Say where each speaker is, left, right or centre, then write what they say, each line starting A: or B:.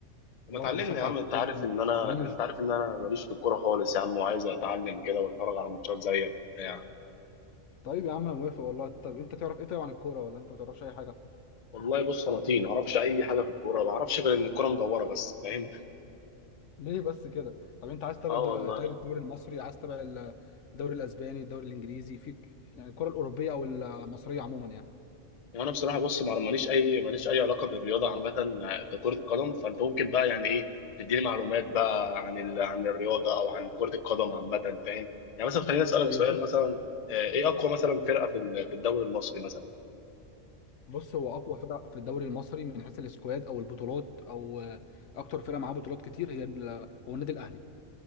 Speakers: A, on the left; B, on the left.
A: طب
B: وبرضه
A: ما تعلمني
B: بشجع
A: يا عم
B: الكوره
A: انت عارف ان انا
B: لو مش
A: انت عارف ان انا ماليش في الكوره خالص يا عم وعايز اتعلم كده واتفرج على ماتشات زيك وبتاع،
B: طيب يا عم انا موافق والله طب انت تعرف ايه طيب عن الكوره ولا انت ما تعرفش اي حاجه
A: والله بص انا طين ما اعرفش اي حاجه في الكوره، ما اعرفش غير ان الكوره مدوره بس فاهم؟
B: ليه بس كده طب انت عايز تتابع
A: اه
B: د-
A: والله
B: طيب الدوري المصري عايز تتابع ال- الدوري الاسباني الدوري الانجليزي فيك يعني الكوره الاوروبيه او المصريه عموما يعني
A: يعني انا بصراحه بص ما ماليش اي ماليش اي علاقه بالرياضه عامه ككره القدم فانت ممكن بقى يعني ايه تديني معلومات بقى عن ال... عن الرياضه او عن كره القدم عامه فاهم يعني مثلا خليني اسالك
B: طيب
A: سؤال مثلا آه، ايه اقوى مثلا فرقه في ال- في الدوري المصري مثلا
B: بص هو اقوى فرق في الدوري المصري من حيث السكواد او البطولات او آه، اكتر فرقه معاه بطولات كتير هي ال- هو النادي الاهلي